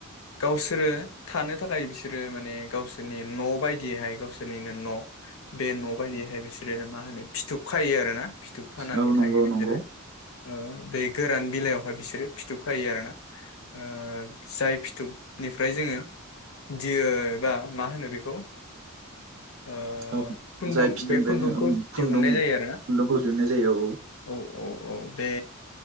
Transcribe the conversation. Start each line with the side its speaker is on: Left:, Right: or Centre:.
Left: गावसोरो थानो थाखाय बिसोरो माने गावसोरनि न बायदियैहाय गावसोरनिनो न बे न बायदियहाय बिसोरो मा होनो फिथोब खायो आरो ना फिथुब खानानै
Right: औ
Left: थायो
Right: नंगौ
Left: बिसोरो
Right: नंगौ
Left: ओ बे गोरान बिलाइयावहाय बिसोरो फिथोब खायो आरो ना? ओ जाय फिथोबनिफ्राय जोङो दियो बा मा होनो बेखौ ओ
Right: औ
Left: खुन्दुं
Right: जाय फिथोबनिफ्राय
Left: बे खुन्दुंखौ
Right: जों उम खुन्दुं
Left: दिहुननाय जायो आरो ना
Right: खुन्दुंखौ दिहुननाय जायो औ
Left: औ औ औ बे